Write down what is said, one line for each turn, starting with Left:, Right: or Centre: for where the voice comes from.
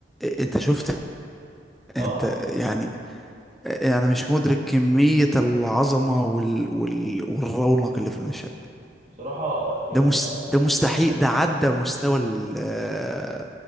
Centre: انت شفت
Right: اه
Centre: انت يعني انا مش مدرك كمية العظمة وال... وال... والرونق اللي في المشهد
Right: بصراحه آه، يعني
Centre: ده مس...
Right: انا
Centre: ده مستحيل
Right: في في
Centre: ده عدى مستوى ال آه،